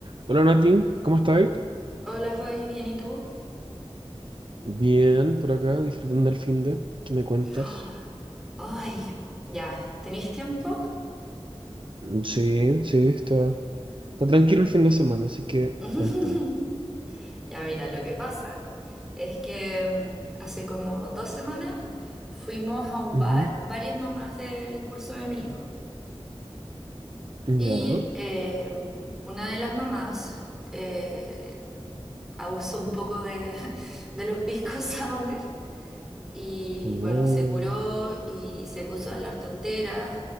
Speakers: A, on the right (about 50°); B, in the centre.
A: Hola Nati, ¿cómo estás?
B: Hola Fabi, ¿bien y tú?
A: Bien, por acá, disfrutando el fin de. ¿Qué me cuentas?
B: Ah, Ay, ya, ¿tenéis tiempo?
A: Mm, Sí, sí, está, está tranquilo el fin de semana, así que
B: <laughs>
A: cuéntame.
B: Ya, mira, lo que pasa es que mm, hace como dos semanas fuimos a un
A: Ujú.
B: bar, varias mamás del curso de mi hijo,
A: Ya,
B: y eh, una de las mamás eh, abusó un poco de, <laughs> de los pisco <laughs> sour Y
A: no.
B: bueno, se curó y se puso a hablar tonteras